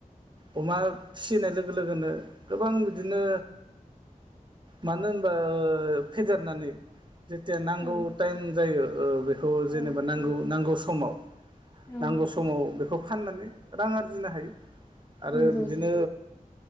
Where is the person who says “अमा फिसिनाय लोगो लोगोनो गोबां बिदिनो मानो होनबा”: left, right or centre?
Right